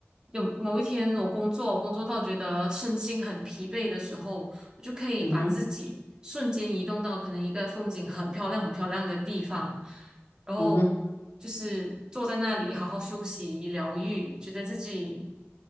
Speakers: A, on the right; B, on the left.
A: 有某一天我工作，工作到觉得身心很疲惫的时候，我就可以把自己瞬间移动到可能一个风景很漂亮、
B: 嗯哼，
A: 很漂亮的地方，然后就是坐在那里好好休息、
B: 嗯哼，
A: 疗愈，觉得自己